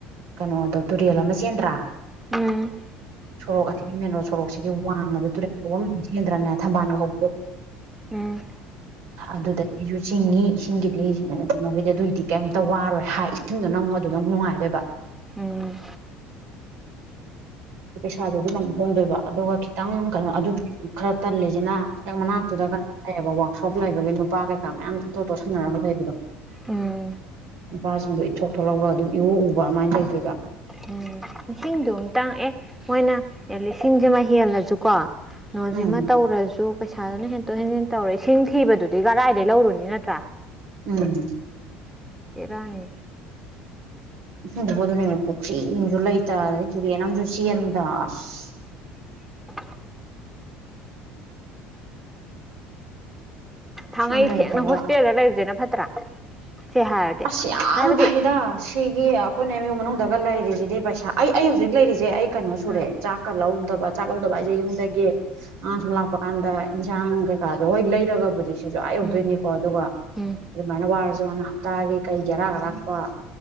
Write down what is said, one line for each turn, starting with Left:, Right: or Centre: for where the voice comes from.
Right: ꯀꯩꯅꯣꯗꯣ ꯇꯨꯔꯦꯜ ꯑꯃ ꯆꯦꯟꯗ꯭ꯔꯥ
Centre: ꯎꯝ
Right: ꯁꯣꯔꯣꯛ ꯑꯁꯤꯒꯤ ꯃꯦꯟꯔꯣ ꯁꯣꯔꯣꯛꯁꯤꯒꯤ ꯋꯥꯡꯃꯗ ꯇꯨꯔꯠ ꯐꯧꯕ ꯑꯃ ꯆꯦꯟꯗ꯭ꯔꯅꯦ ꯊꯝꯕꯥꯜꯒ ꯍꯧꯕꯗꯣ
Centre: ꯎꯝ
Right: ꯑꯗꯨꯗꯒꯤꯁꯨ ꯆꯤꯡꯉꯤ ꯏꯁꯤꯡꯒꯤꯗꯤ ꯀꯩꯅꯣꯒꯤꯗꯤ ꯑꯗꯨꯒꯤꯗꯤ ꯀꯩꯝꯇ ꯋꯥꯔꯣꯏ ꯏꯁꯤꯡꯗꯨꯣ ꯅꯪ ꯑꯗꯨꯗ ꯅꯨꯡꯉꯥꯏꯔꯦꯕ
Centre: ꯎꯝ
Right: ꯄꯩꯁꯥꯁꯨꯣ ꯑꯗꯨꯝ ꯌꯥꯝ ꯍꯣꯡꯗꯣꯏꯕ ꯑꯗꯨꯒ ꯈꯤꯇꯪ ꯀꯩꯅꯣ ꯑꯗꯨ ꯈꯔ ꯇꯜꯂꯤꯁꯤꯅ ꯍ ꯃꯅꯥꯛꯇꯨꯗ ꯑꯩꯅꯒ ꯋꯥꯛꯁꯣꯞ ꯂꯩꯕꯒꯤ ꯅꯨꯄꯥ ꯀꯩꯀꯥ ꯃꯌꯥꯝ ꯏꯇꯣꯠ ꯇꯣꯠꯁꯟꯅꯔꯒ ꯂꯩꯕꯗꯣ
Centre: ꯎꯝ
Right: ꯅꯨꯄꯥꯁꯤꯡꯗꯣ ꯏꯠꯊꯣꯛ ꯊꯣꯛꯂꯛꯒ ꯑꯗꯨꯝ ꯏꯎ ꯎꯕ ꯑꯝꯃꯥꯏ ꯂꯩꯗꯣꯏꯕ
Centre: ꯎꯝ ꯏꯁꯤꯡꯗꯨꯝꯇꯪ ꯑꯦ ꯃꯣꯏꯅ ꯂꯤꯁꯤꯡꯖꯤꯃ ꯍꯦꯜꯂꯁꯨꯀꯣ ꯅꯣꯖꯤꯃ
Right: ꯎꯝ
Centre: ꯇꯧꯔꯁꯨ ꯄꯩꯁꯥꯗꯨꯅ ꯍꯦꯟꯇꯣꯛ ꯍꯦꯟꯖꯤꯟ ꯇꯧꯔꯦ ꯏꯁꯤꯡ ꯊꯤꯕꯗꯨꯗꯤ ꯀꯔꯥꯏꯗꯩ ꯂꯧꯔꯨꯅꯤ ꯅꯠꯇ꯭ꯔꯥ
Right: ꯎꯝ
Centre: ꯕꯦꯔꯥꯅꯤ
Right: ꯏꯁꯤꯡꯗꯨꯕꯨ ꯑꯗꯨꯅꯤꯅꯦ ꯄꯨꯛꯈ꯭ꯔꯤ ꯑꯃꯖꯨ ꯂꯩꯇ ꯑꯗꯩ ꯇꯨꯔꯦꯜ ꯑꯃꯖꯨ ꯆꯦꯟꯗꯥ ꯑꯁ
Centre: <unintelligible> ꯊꯥꯡꯉꯩ
Right: ꯏꯁꯤꯡ ꯂꯩꯇꯕ
Centre: ꯁꯦꯡꯅ ꯍꯣꯁꯇꯦꯜꯗ ꯂꯩꯕꯖꯤꯅ ꯐꯠꯇ꯭ꯔꯥ ꯁꯦ ꯍꯥꯏꯔꯗꯤ
Right: ꯑꯁ ꯌꯥꯝ
Centre: ꯍꯥꯏꯕꯗꯤ
Right: ꯐꯩꯗ ꯁꯤꯒꯤ ꯑꯩꯈꯣꯏꯅ ꯑꯦꯝ ꯌꯨ ꯃꯅꯨꯡꯗ ꯂꯩꯔꯤꯖꯤꯗꯤ ꯄꯩꯁꯥ ꯑꯩ ꯑꯩ ꯍꯧꯖꯤꯛ ꯂꯩꯔꯤꯖꯦ ꯑꯩ ꯀꯩꯅꯣ ꯁꯨꯔꯦ
Centre: ꯎꯝ
Right: ꯆꯥꯛꯀ ꯂꯧꯗꯕ ꯆꯥꯛ ꯂꯧꯗꯕ ꯑꯩꯖꯦ ꯌꯨꯝꯗꯒꯤ ꯃꯥ ꯁꯨꯝ ꯂꯥꯛꯄꯀꯥꯟꯗ ꯏꯤꯟꯖꯥꯡ ꯀꯩꯀꯥ ꯂꯣꯏ ꯂꯩꯔꯒꯕꯨꯗꯤ ꯁꯤꯖꯨ ꯑꯥ ꯌꯧꯗꯣꯏꯅꯤꯀꯣ
Centre: ꯎꯝ
Right: ꯑꯗꯨꯒ
Centre: ꯎꯝ
Right: ꯑꯗꯨꯃꯥꯏꯟꯅ ꯋꯥꯔꯖꯨ ꯋꯥꯅ ꯍꯞꯇꯥꯒꯤ ꯀꯩꯒꯤ ꯑꯔꯥꯛ ꯑꯔꯥꯛꯄ